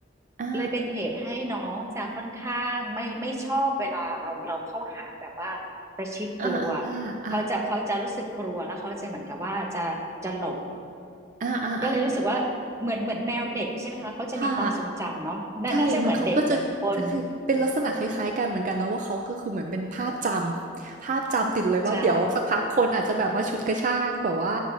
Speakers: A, on the right; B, on the right.
A: อา
B: เลยเป็นเหตุให้น้องจะค่อนข้างไม่ไม่ชอบเวลาเราเราเข้าหาแบบว่าประชิดตัว
A: อาอ่าอ่า
B: เขาจะเขาจะรู้สึกกลัวแล้วเขาจะเหมือนกับว่าจะจะหลบ
A: อาๆ
B: ก็เลยรู้สึกว่าเหมือนเหมือนแมวเด็กใช่ไหมคะเขาจะมีความทรงจำเนาะน่าน่าจะเหมือนเด็กเหมือนคน
A: ๆค่ะใช่เหมือนเขาก็จะจะคล้ายเป็นลักษณะคล้ายๆกันเหมือนกันเนาะว่าเขาก็คือเหมือนเป็นภาพจำภาพจำติดเลยว่าเดี๋ยวสักพักคนอาจจะแบบมาฉุดกระชากแบบว่า
B: ใช่